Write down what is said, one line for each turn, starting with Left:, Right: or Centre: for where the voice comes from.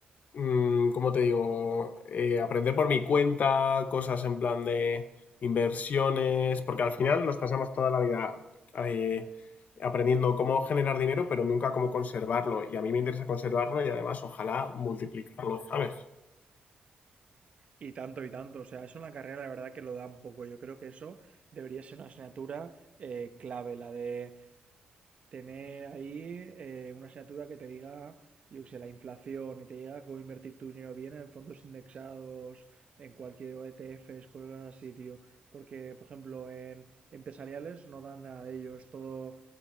Left: mm, ¿cómo te digo? Eh, aprender por mi cuenta, cosas en plan de inversiones, porque al final nos pasamos toda la vida eh, aprendiendo cómo generar dinero, pero nunca cómo conservarlo. Y a mí me interesa conservarlo y además ojalá multiplicarlo, ¿sabes?
Right: Y tanto, y tanto. O sea, eso en la carrera, la verdad que lo da un poco. Yo creo que eso debería ser una asignatura eh, clave, la de tener ahí eh, una asignatura que te diga, yo qué sé, la inflación y te diga cómo invertir tu dinero bien en fondos indexados, en cualquier ETFs, cosas así, tío. Porque, por ejemplo, en empresariales no dan nada de ello, es todo,